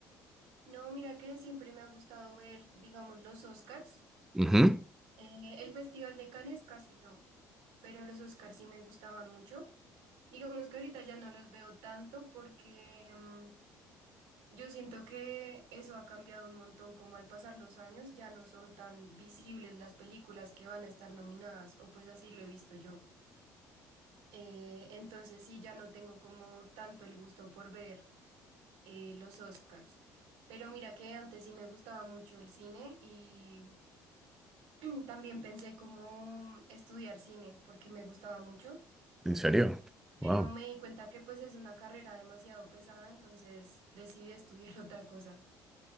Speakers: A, on the right; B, in the centre.
A: No, mira que siempre me ha gustado ver, digamos, los Oscars.
B: Ujú.
A: Eh, el Festival de Cannes casi no, pero los Oscars sí me gustaban mucho. Digamos que ahorita ya no los veo tanto porque mm, yo siento que eso ha cambiado un montón, como al pasar los años ya no son tan visibles las películas que van a estar nominadas, o pues así lo he visto yo. Eh, entonces sí, ya no tengo como tanto el gusto por ver eh, los Oscars. Pero mira que antes sí me gustaba mucho el cine y <clears throat> también pensé como estudiar cine porque me gustaba mucho.
B: ¿En serio?
A: Pero
B: Wow.
A: me di cuenta que pues es una carrera demasiado pesada, entonces decidí estudiar <laughs> otra cosa.